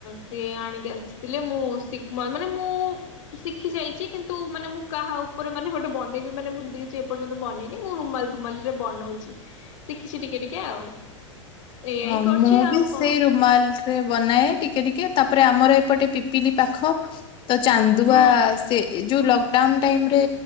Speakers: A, on the left; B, on the left.
A: ସିଏ ଆଣିକି ଆସିଥିଲେ ମୁଁ ଶିକମ ମାନେ ମୁଁ-ଉ-ଉ ଶିଖି ଯାଇଛି, କିନ୍ତୁ ମାନେ ମୁଁ କାହା ଉପରେ ମାନେ ଗୋଟେ ବନେଇବି ମାନେ ମୁ ତ କିଛି ଏପର୍ଯ୍ୟନ୍ତ ବନେଇନି। ମୁ ମାନେ ରୁମାଲ ରେ ବନଉଛି ଶିଖିଛି ଟିକେ ଟିକେ ଆଉ। ଏଇଆ
B: ହଁ
A: ହିଁ କରିଛି
B: ମୁଁ
A: ଆଉ
B: ବି
A: କଣ
B: ସେଇ ରୁମାଲରେ ବନାଏ ଟିକେ ଟିକେ ତାପରେ ଆମର ଏପଟେ ପିପିଲି ପାଖ। ତ ଚାନ୍ଦୁଆ
A: ହୁଁ
B: ସେ ଯୋଉ ଲଗ ଲଗଡଉନ ଟାଇମରେ